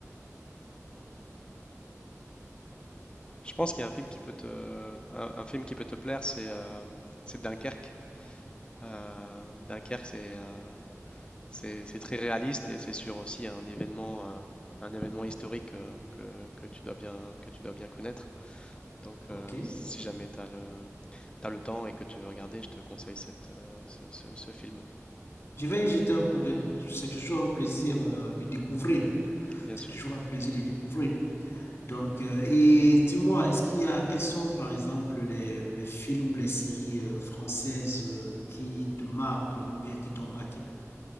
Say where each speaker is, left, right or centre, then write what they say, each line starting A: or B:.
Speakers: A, on the left; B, on the left.
A: Je pense qu'il y a un film qui peut te, un, un film qui peut te plaire, c'est euh, c'est Dunkerque. Euh, Dunkerque, c'est euh, c'est c'est très réaliste et c'est sur aussi un événement, euh, un événement historique euh, que, que tu dois bien, que tu dois bien connaître. Donc,
B: OK.
A: euh, si jamais tu as le, t'as le temps et que tu veux regarder, je te conseille cette, euh, ce, ce- ce film.
B: Je vais y jeter un coup d'œil. C'est toujours un plaisir euh, de découvrir.
A: Bien
B: C'est
A: sûr.
B: toujours un plaisir de découvrir. Donc, euh, et dis-moi, est-ce qu'il y a, quels sont, par exemple, les, les films ou les séries euh, françaises euh, qui te marquent euh, ou bien qui t'ont marqué?